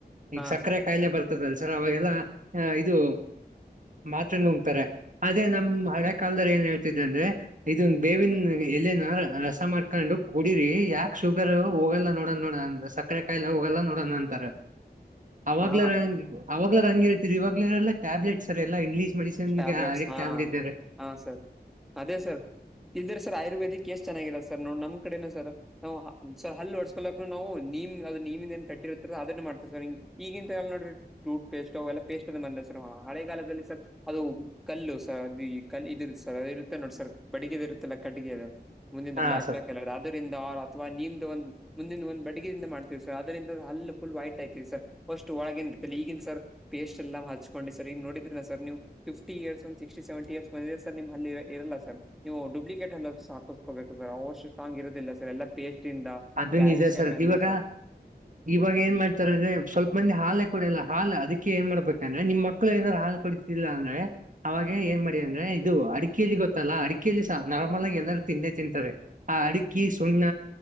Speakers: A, on the right (about 50°); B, in the centre.
A: ಈಗ
B: ಹಾ
A: ಸಕ್ಕರೆ
B: ಸರ್
A: ಕಾಯಿಲೆ ಬರ್ತದಲ್. ಅವಾಗೇಲ್ಲ ಇದು ಮಾತ್ರೆ ನುಂಗತಾರೆ ಅದೇ ನಮ್ ಹಳ್ಗ್ ಕಾಲದಲ್ಲಿ ಏನ್ ಹೇಳ್ತಿದೆ ಅಂದ್ರೆ ಇದೂ ಬೇವಿನ ಎಲೆನಾ. ಅರ್ ರಸ ಮಾಡ್ಕೊಂಡು ಕುಡಿರಿ ಯಾಕ ಶುಗರ್ ಹೋಗಲ್ಲ ನೋಡಣ. ನೋಡನ್ ಸಕ್ಕರೆ ಕಾಯಿಲೆ ಹೋಗಲ್ಲ ನೋಡೋಣ ಅಂತಾರೆ. ಅವಾಗ್ಲೆ
B: ಹಾ
A: ನಂಗ್ ಅವಾಗ್ಲರ ಹಂಗ ಹೇಳ್ತಿದಿವಿ ಇವಾಗ್ಲ್ರ ಎಲ್ಲ ಟ್ಯಾಬ್ಲೆಟ್ ಸರ್ ಎಲ್ಲ ಇಂಗ್ಲಿಷ್ ಮೆಡಿಸಿನ್ಗೆ
B: ಟ್ಯಾಬ್ಲೆಟ್ಸ್
A: ಆ ಅಡಿಕ್ಟ್
B: ಹಾ
A: ಆಗ್ ಬಿಟ್ಟಿ ಇದ್ದಾರೆ
B: ಹಾ ಸರ್ ಅದೇ ಸರ್ ಇಲ್ದ್ರ ಸರ್ ಆಯುರ್ವೇದಿಕ್ ಕೇಸ್ ಚೆನ್ನಾಗಿರಲ್ಲ ಸರ್ ನೋಡ್ ನಮ್ ಕಡೆನು ಸರ್. ನಾವು ಸರ್ ಹಲ್ಲ ಹೊಡ್ಸ್ಕೊಲಕ್ನು ನಾವು ನಿಮ್ ಅದ ನೀಮಿಂದ ಏನ್ ಕಡ್ಡಿರುತ್ರ್ ಅದನ್ನೇ ಮಾಡ್ತೇವಿ ಸರ್. ಹಿಂಗ್ ಈಗಿಂತವ್ ಎಲ್ ನೋಡ್ರಿ ಟೂತ್ ಪೇಸ್ಟ್ ಅವ್ ಎಲ್ಲ ಪೇಸ್ಟ್ ಅದ್ ಬಂದವ್ ಸರ್. ಹಳೆಗಾಲದಲ್ಲಿ ಸರ್ ಅದು, ಕಲ್ಲು ಸರ್ ಅದಿ ಕಲ್ ಇದ ಇರುತ್ತ ಸರ್ ಅದೇ ಇರುತ್ತೆ ನೋಡಿ ಸರ್ ಬಡಿಗಿದ್ ಇರುತ್ತಲ್ಲ ಕಟ್ಟಿಗೆದ. ಮುಂದಿಂದ
A: ಹಾ
B: ಬ್ಲಾಕ್
A: ಸರ್
B: ಬ್ಲಾಕ್ ಕಲರ್ ಅದ್ ಅದರಿಂದ ಆರ್ ಅಥವಾ ನಿಮ್ದ ಒಂದು ಮುಂದಿನ ಒಂದ್ ಬಡಿಗೆಯದಿಂದ ಮಾಡ್ತೀವಿ ಸರ್ ಅದರಿಂದ ಹಲ್ಲ ಫುಲ್ ವೈಟ್ ಆಯತವಿ ಸರ್. ಫಸ್ಟ್ ಒಳಗಿಂದ ಇಲ್ಲಿಗಿಂದ ಸರ್ ಪೇಸ್ಟ್ ಎಲ್ಲ ಹಚ್ಕೊಂಡೆ ಸರ್ ಈಗ ನೋಡಿದ್ರಲ ಸರ್ ನೀವು. ಫಿಫ್ಟಿ ಇಯರ್ಸ್ ಒಂದ್ ಸಿಕ್ಸ್ಟಿ ಸೆವೆಂಟಿ ಇಯರ್ಸ್ ಬಂದಿದೆ ಸರ್ ನಿಮ್ ಹಲ್ಲ ಇರಲ್ಲ ಸರ್. ನೀವು ಡುಪ್ಲಿಕೇಟ್ ಹಲ್ಲಾಕ್ಸ ಹಾಕಸ್ಗೊಬೇಕು ಸರ್. ಅವಷ್ ಸ್ಟ್ರಾಂಗ್ ಇರೋದಿಲ್ಲ ಸರ್ ಎಲ್ಲ ಪೇಸ್ಟ್ ಇಂದ
A: ಅದು
B: ಕ್ಯಾಲ್ಸಿಯಮ್
A: ನಿಜ
B: ಎಲ್ಲ
A: ಇವಾಗ
B: ಸರ್.
A: ಇವಾಗ ಏನ್ ಮಾಡ್ತಾರಂದ್ರೆ ಸ್ವಲ್ಪ್ ಮಂದಿ ಹಾಲೆ ಕುಡಿಯಲ್ಲ. ಹಾಲ್ ಅದಿಕ್ಕೆ ಏನ್ ಮಾಡ್ಬೇಕಂದ್ರೆ ನಿಮ್ಮ ಮಕ್ಳು ಏನರ ಹಾಲ್ ಕುಡಿತಿಲ್ಲ ಅಂದ್ರೆ ಅವಾಗೆ ಏನ್ ಮಾಡ ಅಂದ್ರೆ ಇದು ಅಡಿಕೆಯಲ್ಲಿ ಗೊತ್ತಲ್ಲಾ ಅಡಿಕೆಯಲ್ಲಿ ಸಹ ನಾರ್ಮಲ್ ಆಗಿ ಎಲ್ಲರೂ ತಿಂದೆ ತಿಂತಾರೆ. ಆ ಅಡಿಕಿ ಸುಣ್ಣ.